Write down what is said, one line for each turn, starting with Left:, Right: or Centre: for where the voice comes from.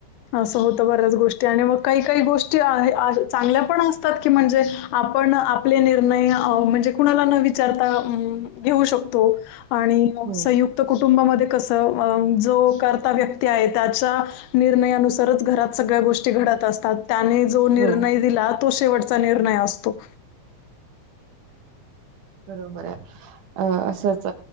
Left: असं होतं बऱ्याच गोष्टी आणि मग काही काही गोष्टी आहे चांगल्या पण असतात की म्हणजे आपण आपले निर्णय म्हणजे कुणाला न विचारता घेऊ शकतो. आणि
Right: हो
Left: संयुक्त कुटुंबामध्ये कसं जो व्यक्ती आहे त्याच्या निर्णयानुसारच घरात सगळ्या गोष्टी घडत असतात त्याने जो निर्णय
Right: हो
Left: दिला तो शेवटचा निर्णय असतो.
Right: बरोबर आहे. अ असंच